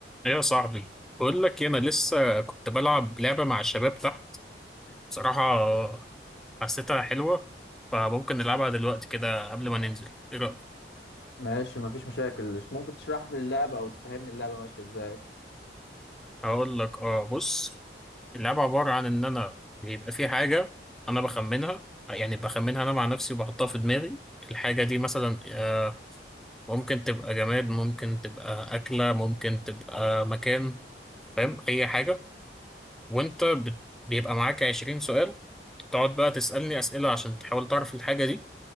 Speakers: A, in the centre; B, on the left (about 70°).
A: ايه يا صاحبي بقول لك إيه، انا لسه كنت بلعب لعبه مع الشباب تحت بصراحه حسيتها حلوه فممكن نلعبها دلوقتي كده قبل ما ننزل ايه رايك
B: ماشي مفيش مشاكل مش ممكن تشرح لي اللعبة أو تفهمني اللعبة ماشية إزاي
A: هقول لك اه بص اللعبه عباره عن ان انا بيبقى في حاجه انا بخمنها يعني بخمنها انا مع نفسي وبحطها في دماغي الحاجه دي مثلا آه، ممكن تبقى جماد ممكن تبقى اكله ممكن تبقى مكان فاهم اي حاجه وانت بت- بيبقى معاك 20 سؤال تقعد بقى تسالني اسئله عشان تحاول تعرف الحاجه دي